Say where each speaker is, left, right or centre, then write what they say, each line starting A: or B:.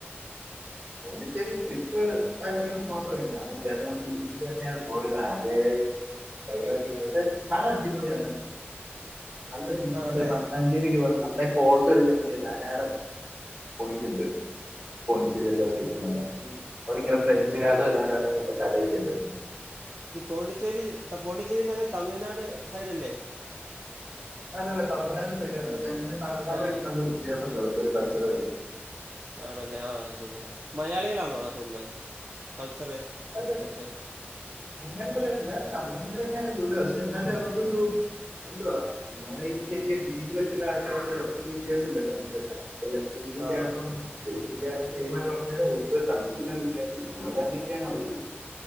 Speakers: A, on the right (about 40°); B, on the right (about 60°).
A: പോണ്ടിച്ചേരി ട്രിപ്പ് <unintelligible> മോശമായിരുന്നു കാരണം <unintelligible> <unintelligible> <unintelligible> തന്നെയാണ് പോയത് ആകെ <inaudible> പക്ഷെ സ്ഥലം അടിപൊളിയാണ് നല്ല
B: ആണല്ലേ.
A: അഞ്ചേയിലേക്ക് വട നമ്മടെ ഫോട്ടോ എടുക്കാൻ പറ്റിയ ധാരാളം പോയിന്റ് ഉണ്ട് <unintelligible> <unintelligible> അവരിങ്ങനെ ഫ്രഞ്ചുകാരുടെ
B: ഓ!
A: <inaudible> ഇങ്ങനത്തെ കടയൊക്കെ ഉണ്ടത്
B: ഈ പോണ്ടിച്ചേരി പോണ്ടിച്ചേരി എന്ന് പറഞ്ഞാൽ തമിഴ്നാട് സൈഡ് അല്ലേ
A: അതെന്നേ തമിഴ്നാട് സൈഡ് ആണ് തമിഴ്നാട്
B: ആ.
A: ആയിട്ട് നല്ല വ്യത്യാസം ഉണ്ട് അവിടുത്തെ കൾച്ചറും ആയിട്ട്
B: ആണല്ലേ ആഹ് ശരിയാ മലയാളികളാന്നോ അവിടെ കൂടുതൽ കൾച്ചറ്
A: <inaudible>
B: വെച്ച്.
A: അങ്ങനെയൊന്നുമില്ല തമിഴൻമാര് തന്നെയാണ് കൂടുതല് പക്ഷെ എന്നാലും അവർക്കൊരു എന്തുവാ ഞൻ ഈ ചെറിയ ഡീറ്റിൽ <unintelligible>
B: ആ.
A: <unintelligible> <unintelligible>